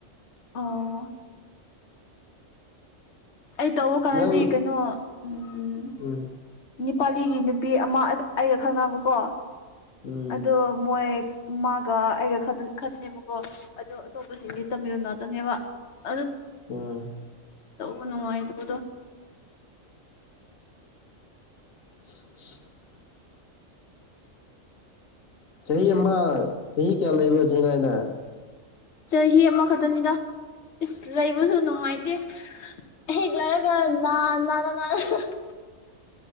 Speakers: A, on the left (about 55°); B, on the left (about 80°).
A: ꯑꯣ ꯑꯩ ꯇꯧꯕ ꯀꯥꯟꯗꯗꯤ
B: ꯅꯪ
A: ꯀꯩꯅꯣ ꯎꯝ
B: ꯎꯝ
A: ꯅꯤꯄꯥꯂꯤꯒꯤ ꯅꯨꯄꯤ ꯑꯃ ꯑꯩꯒ ꯈꯪꯅꯕꯀꯣ
B: ꯎꯝ
A: ꯑꯗꯣ ꯃꯣꯏ ꯃꯥꯒ ꯑꯩꯒ ꯈꯛꯇꯅꯦꯕꯀꯣ ꯑꯗꯣ ꯑꯇꯣꯞꯄꯁꯤꯡꯗꯤ ꯇꯥꯃꯤꯜ ꯉꯥꯛꯇꯅꯦꯕ ꯑꯗꯣ
B: ꯎꯝ
A: ꯇꯧꯕ ꯅꯨꯡꯉꯥꯏꯇꯕꯗꯣ
B: <unintelligible> <inaudible> ꯆꯍꯤ ꯑꯃ ꯆꯍꯤ ꯀꯌꯥ ꯂꯩꯕꯅꯣ ꯆꯦꯟꯅꯥꯏꯗ
A: ꯆꯍꯤ ꯑꯃꯈꯛꯇꯅꯤꯗ ꯏꯁ ꯂꯩꯕꯁꯨ ꯅꯨꯡꯉꯥꯏꯇꯦ ꯍꯦꯒꯂꯩꯔꯒ ꯅꯥꯅꯥꯅꯥ ꯅꯥꯔꯒ ꯑꯍꯥꯍꯥꯍꯥ